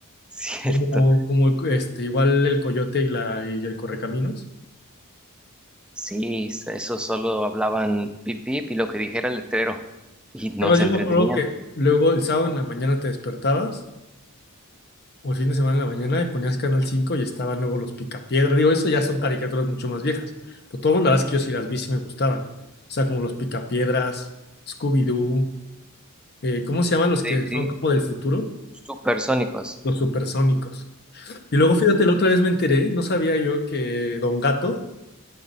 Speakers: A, in the centre; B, on the left.
A: <laughs> Cierto.
B: Como, como este, igual el coyote y la, y el correcaminos.
A: Sí, eso solo hablaban pip pip y lo que dijera el letrero. Y no
B: Además,
A: se
B: yo
A: entretenían.
B: me acuerdo que luego el sábado en la mañana te despertabas, o el fin de semana en la mañana, y ponías Canal cinco y estaban luego los Picapiedra. Digo, eso ya son caricaturas mucho más viejas. Pero todas las que yo sí las vi sí me gustaban. O sea, como los Picapiedras, Scooby-Doo. eh, ¿cómo se llaman los que
A: Sí,
B: son
A: sí.
B: como del futuro?
A: Supersónicos.
B: Los supersónicos. Y luego, fíjate, la otra vez me enteré, no sabía yo que Don Gato